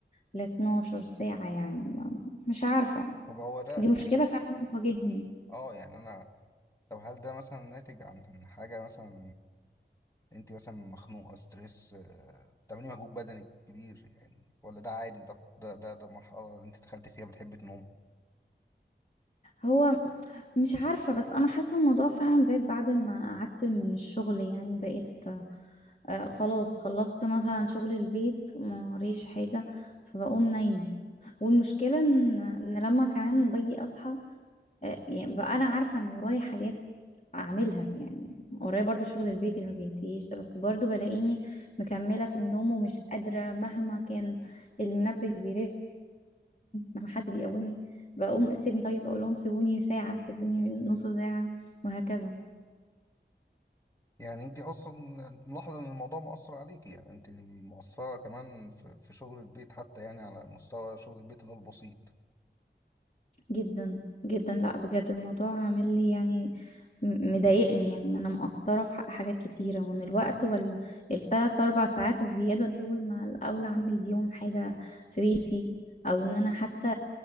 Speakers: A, on the left; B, on the left.
A: ل 12 ساعة يعني ما... مش عارفة
B: طب هو ده
A: دي مشكلة
B: يعني
A: فعلا بتواجهني
B: اه يعني انا طب هل ده مثلا ناتج عن حاجه مثلا انت مثلا مخنوقه ستريس آه، بتعملي مجهود بدني كبير يعني ولا ده عادي ده ده ده, ده مرحله اللي انت دخلت فيها بتحب تنوم
A: هو مش عارفة بس أنا حاسة الموضوع فعلا زاد بعد ما قعدت من الشغل يعني بقيت آه، خلاص خلصت مثلا شغل البيت موريش حاجة فبقوم نايمة والمشكلة إن إن لما كمان باجي أصحى آه، يعني بقى أنا عارفة إن ورايا حاجات أعملها يعني ورايا برضو شغل البيت اللي ما بينتهيش ده بس برضو بلاقيني مكملة في النوم ومش قادرة مهما كان المنبه بيرن لما حد بيقومني بقوم سيبني طيب اقول لهم سيبوني ساعة سيبوني نص ساعة وهكذا
B: يعني انت اصلا انت ملاحظه ان الموضوع مأثر عليكي يعني انت مقصره كمان في في شغل البيت حتى يعني على مستوى شغل البيت اللي هو البسيط
A: جدا جدا لا بجد الموضوع عامل لي يعني م- مضايقني يعني انا مقصره في حق حاجات كتيره وان الوقت ولا الثلاث اربع ساعات الزياده دول ما الاولى اعمل بيهم حاجه في بيتي او ان انا حتى